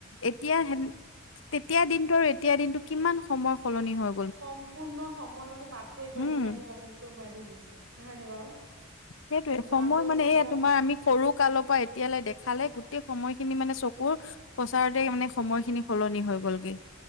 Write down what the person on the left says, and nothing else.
এতিয়া হেন তেতিয়া দিনটো আৰু এতিয়া দিনটো কিমান সময় সলনি হ'ল
উম
সেইটোয়ে
সময়
মানে
এয়া তোমাৰ আমি সৰু কালৰ পৰা এতিয়ালে দেখালে গোটেই সময়খিনি মানে চকুৰ প্ৰচাৰতে মানে সময় খিনি সলনি হৈ গ'লগে